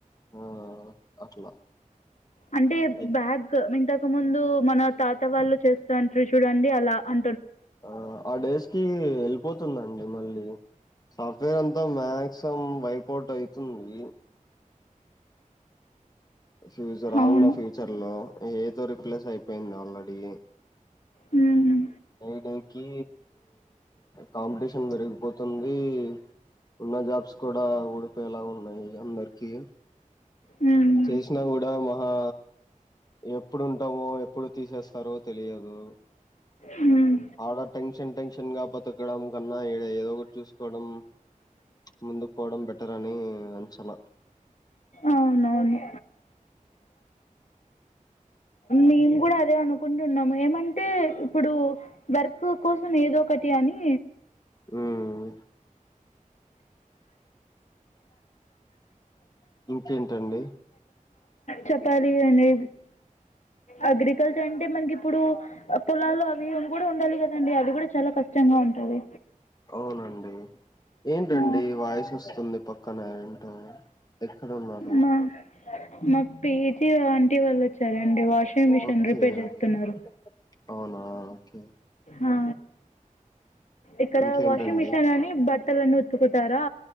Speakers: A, on the left; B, on the left.
A: ఆ అట్లా
B: అంటే
A: లైక్
B: బ్యాగ మీ త ఇ ముందు మన తాత వాళ్ళు చేస్తంట్రి చూడండి అలా అ
A: ఆ ఆ డేస్ కి వెల్పోతుందండి మళ్ళీ లివు సాఫ్ట్వేర్ అంతా మాక్సిమం వైపోటు అయితుంది ఫ్యూచర్ ఆన్న
B: అవును.
A: ఫ్యూచర్ లో ఏదో రిప్లేస్ అయిపోయింది ఆల్రెడీ
B: హ్మ్ ఉ
A: డే డేకి కాంపిటీషన్ పెరిగిపోతుంది ఉన్న జాబ్స్ కూడా ఊడిపోయేలా ఉన్నాయి అందరికి
B: హ్మ్.
A: చేసినా కూడా మహా ఎప్పుడుంటామో ఎప్పుడు తీసేస్తారో తెలియదు
B: హ్మ్.
A: అడ టెన్షన్ టెన్షన్ కాపొతే తగ్గడం కన్న ఇడ ఏదో ఒకటి చూసుకోవడం ముందుకు పోవడం బెటర్ అని చల
B: అవునవును మేము కూడా అదే అనుకుంటున్నాము ఏమంటే ఇప్పుడు వర్క్ కోసం ఏదో ఒకటి అని
A: మ్మ్ కేంటండి
B: చెప్పాలి అండి అగ్రికల్చర్ అంటే మనకి ఇప్పుడు పొలాలు అవి కూడా ఉండాలి కదండి అది కూడా చాలా కష్టంగా ఉంటుంది
A: అవునండి ఏంటండి
B: ఆ,
A: వాయిస్ వస్తుంది పక్కన ఏంటో ఎక్కడున్నారు
B: మా మా పీజీ ఆంటీ వాళ్ళు వచ్చారండి washing machine
A: okay
B: repair చేస్తున్నారు
A: okay అవునా ఓకే
B: ఆ ఇక్కడ
A: ఇంకేంటండి
B: వాషింగ్ మిషిన్ అని బట్టలన్నీ ఉతుకుతారా